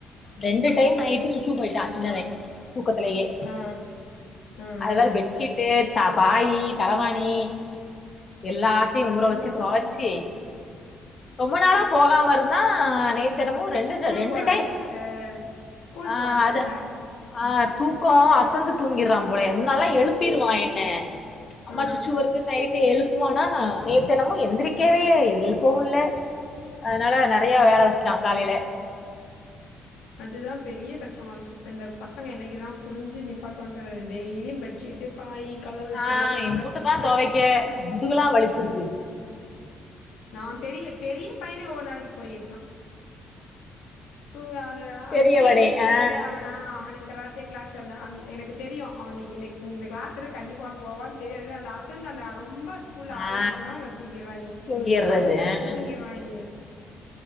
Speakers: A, on the left (about 40°); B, on the left (about 85°).
A: ரெண்டு டைம் நைட்டு சுச்சு போயிட்டா சின்னவே தூக்கத்துலயே
B: ஆ ஆ
A: அது
B: ஆ ஆ
A: வேற பெட்ஷீட்டு த பாயி தலவாணி எல்லாத்தையு
B: அதுதா
A: ஊற வெச்சு தொவச்சி ரொம்ப நாளா போகாம இருந்தா நேத் து என்னமோ ரெண்டு
B: ஸ்கூல்
A: ட ரெண்டு
B: போறான்ல
A: டைம்
B: சிஸ்டர் ஸ்கூல்
A: ஆ
B: போறான்ல
A: அத
B: ஆ
A: ஆ தூக்கோ அசந்து தூங்கிறா போலயே முன்னல்லா
B: ஆ
A: எழுப்பிருவா என்ன அம்மா
B: ஆ
A: சுச்சு வருது நைட்டு எழுப் புவான நேத்து என்னமோ எந்திரிக்கவே எழுப்பவு இல்ல அதனால நெறைய வேல வெச்சுட்ட காலைல
B: அதுதா பெரிய கஷ்டமா இருக்கு சிஸ்டர் இந்த பசங்க என்னைக்கு தா புரிஞ்சு நிப்பாட்டு வான்ற டெய்லியு பெட்ஷீட்டு பாய் கலவு
A: ஆ
B: துவைக்கிறதுக்குள்ள
A: எம்புட்டு தா தொவைக்க முதுகெல்லா வலிச்சிருது
B: நா பெரிய பெரிய பையனே ஓவ்வொரு நாளைக்கி போய்டுறா தூங்காத <unintelligible>
A: பெரியவனே
B: அந்த பி டி பீரியடு
A: ஆ
B: அவ அ அவனுக்கு க்ராத்தே கிளாஸ் என அந் எனக்கு தெரியு அவனுக்கு இன்னிக்கி இந்த கிளாஸ் இருக் கண்டிப்பா அவ போவா தெரியாதுல்ல அந்த அசந்த அந்த ரொம்ப ஸ்கூல்ல ஹாட்
A: ஆ
B: ஒர்க் பண்ணானா இங்க வந்து தூங்கிடுறாங்க
A: தூங்கிர்றது
B: அழுப்புல
A: ஆ
B: தூங்கிடுறாங்க